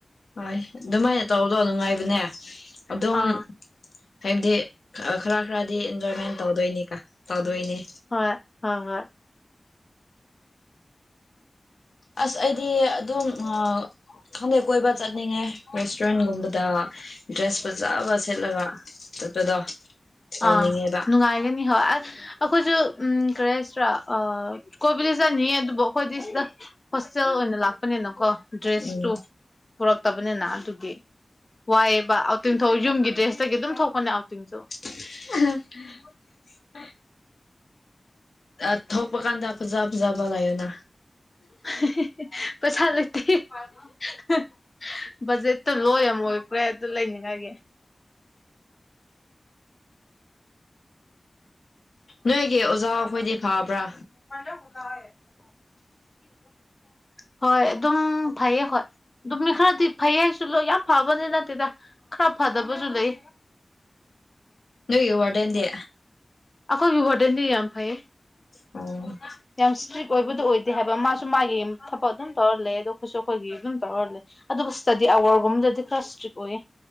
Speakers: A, on the left; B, on the left.
A: ꯍꯣꯏ ꯑꯗꯨꯝꯃꯥꯏꯅ ꯇꯧꯕꯗꯣ ꯅꯨꯡꯉꯥꯏꯕꯅꯦ ꯑꯗꯨꯝ
B: ꯑꯥ
A: ꯍꯥꯏꯞꯗꯤ ꯈꯔ ꯈꯔꯗꯤ ꯏꯟꯖꯣꯏꯃꯦꯟ ꯇꯧꯗꯣꯏꯅꯤ ꯀ ꯇꯧꯗꯣꯏꯅꯤ
B: ꯍꯣꯏ ꯍꯣꯏ ꯍꯣꯏ
A: ꯑꯁ ꯑꯩꯗꯤ ꯑꯗꯨꯝ ꯑꯥ ꯈꯪꯗꯦ ꯀꯣꯏꯕ ꯆꯠꯅꯤꯡꯉꯦ ꯔꯦꯁꯇꯨꯔꯦꯟ ꯒꯨꯝꯕꯗ ꯗ꯭ꯔꯦꯁ ꯐꯖꯕ ꯁꯦꯠꯂꯒ ꯆꯠꯄꯗꯣ ꯇꯧꯅꯤꯡꯉꯦꯕ
B: ꯑ ꯅꯨꯡꯉꯥꯏꯒꯅꯤ ꯍꯣꯏ ꯑꯁ ꯑꯈꯣꯏꯁꯨ ꯎꯝ ꯀꯔꯤ ꯍꯥꯏꯁꯤꯔ ꯑ ꯀꯣꯏꯕꯗꯤ ꯆꯠꯅꯤꯌꯦ ꯑꯗꯨꯕꯨ ꯑꯈꯣꯏꯗꯤ ꯁꯤꯗ ꯍꯣꯁꯇꯦꯜ ꯑꯣꯏꯅ ꯂꯥꯛꯄꯅꯤꯅꯀꯣ ꯗ꯭ꯔꯦꯁꯇꯨ
A: ꯎꯝ
B: ꯄꯨꯔꯛꯇꯕꯅꯤꯅ ꯑꯗꯨꯒꯤ ꯋꯥꯏꯕ ꯑꯥꯎꯠꯇꯤꯡ ꯊꯣꯛ ꯌꯨꯝꯒꯤ ꯗ꯭ꯔꯦꯁꯇꯒꯤ ꯑꯗꯨꯝ ꯊꯣꯛ ꯄꯅꯦ ꯑꯥꯎꯠꯇꯤꯡꯁꯨ
A: <unintelligible> ꯑ ꯊꯣꯛꯄ ꯀꯥꯟꯗ ꯐꯖ ꯐꯖꯕ ꯂꯩꯌꯨꯅ
B: <unintelligible> ꯄꯩꯁꯥ ꯂꯩꯇꯦ <unintelligible> ꯕꯖꯦꯠꯇꯣ ꯂꯣ ꯌꯥꯝ ꯑꯣꯏꯈ꯭ꯔꯦ ꯑꯗꯨ ꯂꯩꯅꯤꯡꯉꯥꯏꯒꯤ
A: ꯅꯣꯏꯒꯤ ꯑꯣꯖꯥ ꯈꯣꯏꯗꯤ ꯐꯕ꯭ꯔ
B: <unintelligible> ꯍꯣꯏ ꯑꯗꯨꯝ ꯐꯩꯌꯦ ꯍꯣꯏ ꯑꯗꯨꯝ ꯃꯤ ꯈꯔꯗꯤ ꯐꯩ ꯍꯥꯏꯁꯨ ꯂꫭꯏ ꯌꯥꯝ ꯐꯕꯗꯤ ꯅꯠꯇꯦꯗ ꯈꯔ ꯐꯗꯕꯖꯨ ꯂꯩ
A: ꯅꯣꯏꯒꯤ ꯋꯥꯔꯗꯦꯟꯗꯤ
B: ꯑꯈꯣꯏꯒꯤ ꯋꯥꯔꯗꯦꯟꯗꯤ ꯌꯥꯝ ꯐꯩꯌꯦ
A: ꯑꯣ
B: ꯌꯥꯝ ꯏꯁꯇ꯭ꯔꯤꯛ ꯑꯣꯏꯕꯗꯣ ꯑꯣꯏꯗꯦ ꯍꯥꯏꯕ ꯃꯥꯁꯨ ꯃꯥꯒꯤ ꯊꯕꯛ ꯑꯗꯨꯝ ꯇꯧꯔ ꯂꯩꯌꯦ ꯑꯗꯣ ꯑꯈꯣꯏꯁꯨ ꯑꯈꯣꯏꯒꯤ ꯑꯗꯨꯝ ꯇꯧꯔ ꯂꯩ ꯑꯗꯨꯒ ꯁ꯭ꯇꯗꯤ ꯑꯋꯥꯔꯒꯨꯝꯕꯗꯗꯤ ꯈꯔ ꯏꯁꯇ꯭ꯔꯤꯛ ꯑꯣꯏꯌꯦ